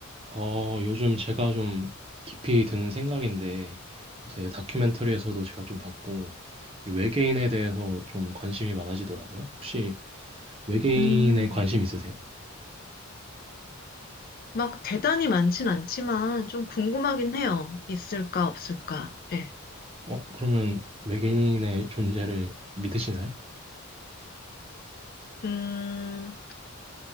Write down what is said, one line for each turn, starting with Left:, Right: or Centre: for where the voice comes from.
Right: 어, 요즘 제가 좀 깊이 드는 생각인데, 요새 다큐멘터리에서도 제가 좀 봤고, 이 외계인에 대해서 좀 관심이 많아지더라고요. 혹시 외계인에
Left: 음,
Right: 관심 있으세요?
Left: 막 대단히 많진 않지만 좀 궁금하긴 해요. 있을까, 없을까. 예.
Right: 어, 그러면 외계인의 존재를 믿으시나요?
Left: 음,